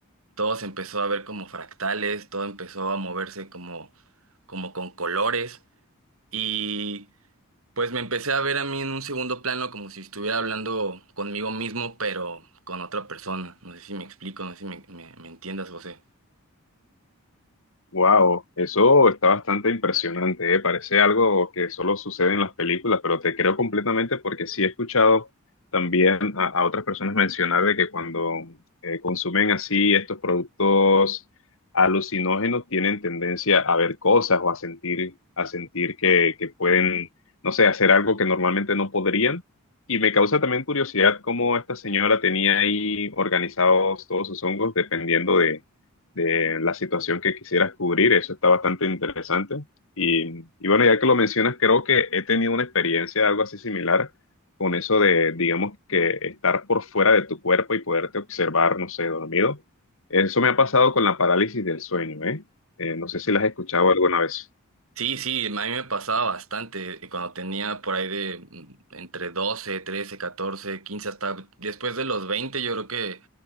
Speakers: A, on the right; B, on the left.
A: Todo se empezó a ver como fractales, todo empezó a moverse como, como con colores. Y pues me empecé a ver a mí en un segundo plano como si estuviera hablando conmigo mismo, pero con otra persona. No sé si me explico, no sé si me, me me entiendas, José.
B: Wow, eso está bastante impresionante, ¿eh? Parece algo que solo sucede en las películas, pero te creo completamente porque sí he escuchado también a, a otras personas mencionar de que cuando eh, consumen así estos productos alucinógenos tienen tendencia a ver cosas o a sentir, a sentir que, que pueden, no sé, hacer algo que normalmente no podrían. Y me causa también curiosidad cómo esta señora tenía ahí organizados todos sus hongos dependiendo de la situación que quisieras cubrir. Eso está bastante interesante. Y, y bueno, ya que lo mencionas, creo que he tenido una experiencia algo así similar con eso de, digamos, que estar por fuera de tu cuerpo y poderte observar, no sé, dormido. Eso me ha pasado con la parálisis del sueño, ¿eh? Eh, no sé si las has escuchado alguna vez.
A: Sí, sí, a mí me pasaba bastante eh, cuando tenía por ahí de mm, entre 12, 13, 14, 15 hasta después de los 20 yo creo que